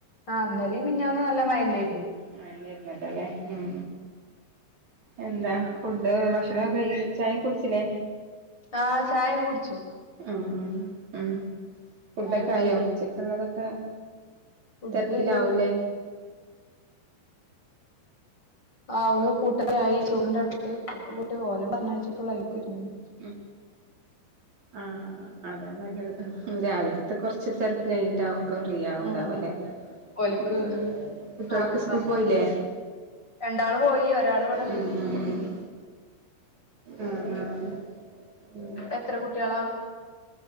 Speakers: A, on the left; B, on the right.
A: ആഹ് ഇന്നലെയും മെനിഞ്ഞാന്നും നല്ല മയണ്ടായിരുന്നു
B: <unintelligible> ഇരുന്നല്ലല്ലേ ഉം എന്താ ഫുഡ് ഭക്ഷണകെ ചായ കുടിച്ചില്ലേ?
A: ആഹ് ചായക്കെ കുടിച്ചു.
B: ഉം ഉം ഫുഡൊക്കെ
A: ചായ കുടിച്ചോ
B: ആയോ ചിക്കൻ ഉള്ളതൊക്കെ
A: ഫുഡ്
B: തിരക്കിലാവുലേ.
A: ആവണ് കൂട്ടാനായി ചോറിന്റെ അടുത്ത് കൂട്ടി ഓല പറഞ്ഞായച്ചിട്ടുള്ള ആയിനൊക്ക ഒരുങ്ങ.
B: ഉം ആഹ് അതാ നല്ലത് രാവിലത്തെ കുറച്ച് തെര് <unintelligible> ക്കെ ഫ്രീ ആണ്ടാവ
A: ഉം
B: അല്ലേ
A: ഓല്ക്ക്
B: ഉം കുട്ടികളൊക്കെ
A: ചോറുണ്ടാക്കാ
B: സ്കൂൾ പോയില്ലേ.
A: രണ്ടാള് പോയി ഒരാൾ ഇവിടെണ്ട്
B: ഉം ഉം ആഹ് ആഹ് ഉം
A: എത്ര കുട്ട്യാളാ